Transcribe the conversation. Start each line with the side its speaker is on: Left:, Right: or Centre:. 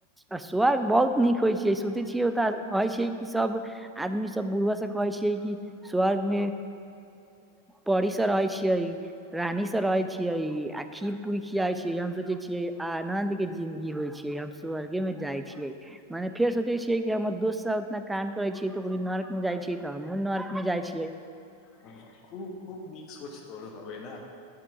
Centre: स्वर्ग बहुत नीक होय छि सू। ओत कहै छै कि सब आदमी सब बुढ़ा सब कहै छैय। स्वर्ग मे परी सब रहै छियै। रानी से रहे छियै आ खीर पूरी खियायै छी हम सोचे छियै आ आनन्द के। जिंन्दगी होय छियै हम स्वर्ग में जाय छियै। मनेे फेर सोचेै छिये कि हमर दोस्त सब उतना कान करेै छीे तो ओ नर्क मे जाय छी त हमहु नर्क। हम जाई छियै।
Left: ह खूब खूब नीक सोच तोर होइ ना।